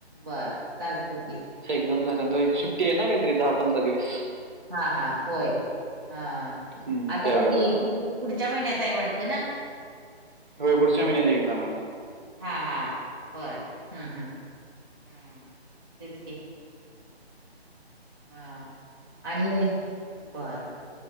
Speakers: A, on the right; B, on the right.
A: बर चालते की हम्म.
B: एकदम झालेत ओ एक सुट्टी आहे ना काही तरी दहा पंधरा दिवस.
A: हा हा होय हा
B: हम्म,
A: आता
B: त्यावेळेला
A: कधी- पुढच्या महिन्यातय हाय वाटतं ना.
B: होय पुढच्या महिन्यात एक्झाम आहे
A: हा हा बर हम्म हम् हम्म तेच की. हा आणि बरं